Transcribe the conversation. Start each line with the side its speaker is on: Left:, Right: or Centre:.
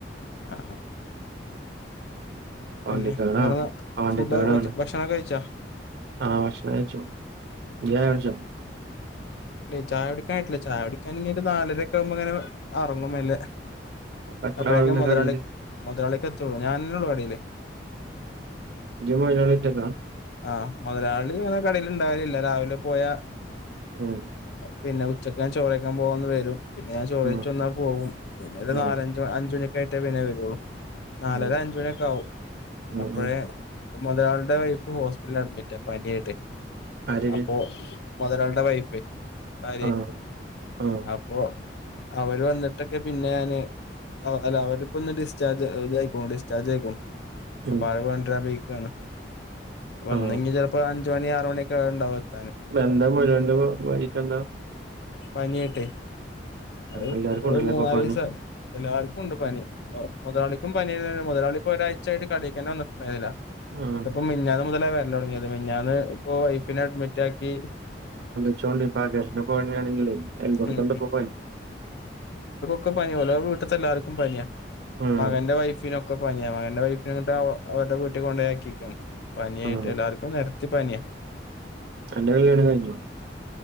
Left: ആഹ്
Right: പാണ്ടിക്കാടാ
Left: പിന്നെ വേറെ
Right: പാണ്ടിക്കാടാണ്
Left: ഫുഡ് ഭക്ഷ ഭക്ഷണൊക്കെ കഴിച്ചാ
Right: ആഹ് ഭക്ഷണം കയ്ച്ചു <unintelligible>
Left: ഇല്ലെ ചായ കുടിക്കാന്നായിട്ടില്ല ചായ കുടിക്കാൻ ഇനി ഒരു നാലരെക്കെ ആവുമ്പോ അങ്ങനെ അറങ്ങും മെല്ലെ
Right: അപ്പൊ എത്ര
Left: അപ്പോഴേക്കും
Right: ആളുണ്ട്
Left: മുതലാളി
Right: കടയില്
Left: മുതലാളിക്കൊ എത്തുള്ളൂ ഞാന്ന്നുള്ളൂ പണീല്
Right: <unintelligible>
Left: ആഹ് മുതലാളി അങ്ങനെ കാടെല് ഉണ്ടാവലില്ല രാവിലെ പോയ...
Right: ഉം
Left: പിന്നെ ഉച്ചയ്ക്ക് ഞാൻ ചോറിയക്കാൻ പോവും ഒന്ന് വരും പിന്നെ ഞാ ചോറ്യ്ച്ച്
Right: ഉം
Left: വന്നാ പോകും പിന്നെ
Right: ആഹ്
Left: നാലഞ്ചച് അഞ്ച മണി.. കയറ്റേ പിന്നെ വരുള്ളു നാലര
Right: ഉം
Left: അഞ്ച മണിയൊക്കെ ആവും
Right: ഉം
Left: അപ്പഴേ...
Right: ഉം
Left: മുതലാളിയുടെ വൈഫ് ഹോസ്പിറ്റല അഡ്മിറ്റ ആ പനിയായിട്ടെ
Right: ആര്ക്ക്
Left: അപ്പോ മുതലളുടെ വൈഫ്... <inaudible> ആര്
Right: ആഹ് ആഹ്
Left: അപ്പൊ... അവര് വന്നിട്ടൊക്കെ പിന്നെ ഞാന്. അല്ല അവരിപ്പൊ ഇന്ന് ഡിസ്ചാർജ് ഇതെയ്ക്കും ഡിസ്ചാർജ് ആയിക്കും..
Right: ഉം
Left: അപ്പൊ ആവരെ കൊണ്ടരാൻ പൊയ് ക്കാണ് ഒന്നെങ്കി
Right: ആഹ്
Left: ചെലപ്പോ അഞ്ച... അഞ്ചു മണി ആറ് മണിയൊക്കെ ഉണ്ടാവും.. എത്താന്
Right: എന്താ മുതലാളിന്റെ ഭാര്യക് എന്താ...
Left: പനി ആയിട്ട്... അത്
Right: എല്ലാർക്കും ഉണ്ടല്ലേ
Left: മൂന്നാല്
Right: ഇപ്പൊ പണി
Left: ദിവസം എല്ലാർക്കും ഉണ്ട് പനിഓ.. മുതലാളിക്കും പനിയെനെണ് മുതലാളിപ്പൊ ഒരാഴ്ച ആായിട്ട് കടിക്കാനെ വന്ന്‌ട്ട്ണ്ടായില ന്നട്ട്
Right: ആഹ്
Left: ഇപ്പം മിഞ്ഞാന്ന് മുതലേ വേ.. തുങ്ങിയത് മിഞന്ന് ഇപ്പൊ വൈഫിനെ അഡ്മിറ്റ ആക്കി...
Right: ശ്രദിച്ചോണ്ട് പകരുന്ന പനിയാണെങ്കിലെ എല്ലോടത്തണ്ട്
Left: ഉം
Right: ഇപ്പം പനി...
Left: പ്പ പനിയാ ഓലെ വീട്ടത്തെ എല്ലാവർക്കും പനിയാ
Right: ഉം
Left: മകന്റെ വൈഫിനൊക്കെ... ക്കെ പനിയാ മകൻന്റെ വൈഫിന ഇന്നട്ട് അവരുടെ വീട്ടിൽ കൊണ്ടയാക്കി ക്കാണ് പനിയായിട്ട്
Right: ഉം
Left: എല്ലാവർക്കും നിര.. ത്തി പ്പാനിയ...
Right: അന്റെ കല്ലിയാണം കഴിഞ്ഞോ..